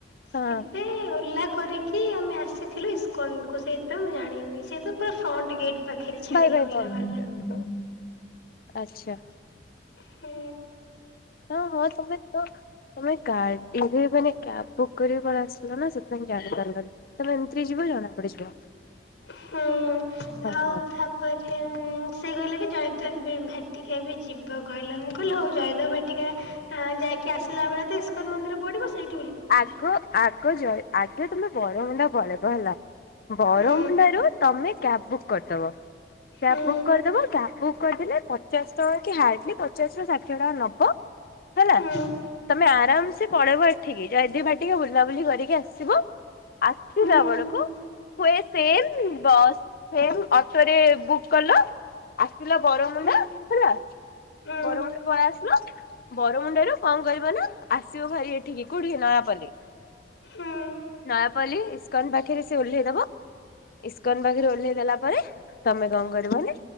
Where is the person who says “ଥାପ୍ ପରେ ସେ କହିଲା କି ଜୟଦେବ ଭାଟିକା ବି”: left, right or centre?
Left